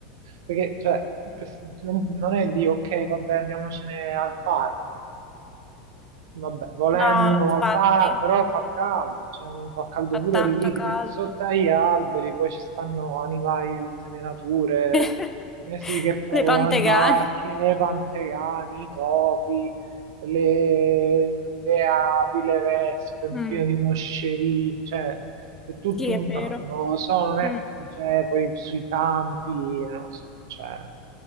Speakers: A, on the right (about 60°); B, on the left (about 15°).
A: Perché, cioè, per- non non è di, ok, vabbè, andiamocene al parco. Vabbè, volendo
B: No,
A: uno
B: infatti,
A: al parco, però fa caldo, cioè non fa caldo
B: fa
A: pure
B: tanto
A: lì, ti metti
B: caldo.
A: sotto agli alberi, poi ci stanno animali di tutte le nature,
B: <laughs>
A: eh sì, che popolano
B: Le pantegane.
A: i parchi, le pantegani, i topi, le, le api, le vespe, un
B: Mm,
A: pieno di moscerini, cioè è tutto
B: sì, è
A: un...
B: vero.
A: no, non lo so, non è...
B: Mm,
A: cioè poi sui campi, non lo so, cioè...